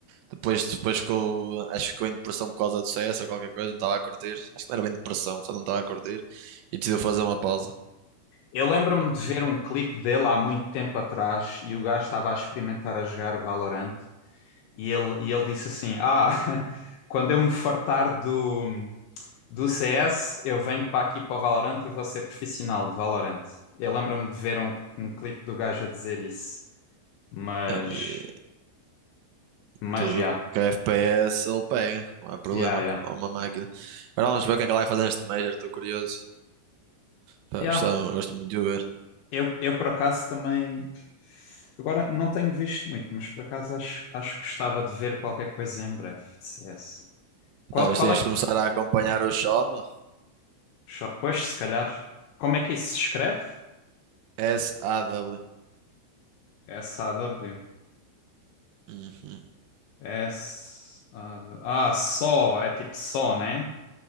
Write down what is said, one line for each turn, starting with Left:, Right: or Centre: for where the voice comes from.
Right: Depois, depois ficou, acho que ficou em depressão por causa do CS ou qualquer coisa, não estava a curtir. Acho que não era bem depressão, só não estava a curtir. E decidiu fazer uma pausa.
Left: Eu lembro-me
Right: Pronto.
Left: de ver um clipe dele há muito tempo atrás e o gajo estava a experimentar a jogar o Valorant e ele, e ele disse assim: Ah, <laughs> quando eu me fartar do, do CS, eu venho para aqui para o Valorant e vou ser profissional de Valorant. Eu lembro-me de ver um, um clipe do gajo a dizer isso, mas.
Right: Ah, e
Left: Mas
Right: Tudo
Left: já,
Right: que é FPS ele pega, não há problema,
Left: já, já.
Right: que ele é uma máquina. Agora vamos ver o que é que ele vai fazer neste Major, estou curioso. Pá,
Left: Já,
Right: gostava- gosto muito de o ver.
Left: eu, eu por acaso também. Agora não tenho visto muito, mas por acaso acho, acho que gostava de ver qualquer coisa em breve de CS. Qual,
Right: Não, mas
Left: qual
Right: tens
Left: é que.
Right: de começar a acompanhar o Shoma.
Left: só- Pois, se calhar. Como é que isso se escreve?
Right: SAW.
Left: S-A-W.
Right: Uhum,
Left: S. -A -W. Ah, só, é tipo só, né?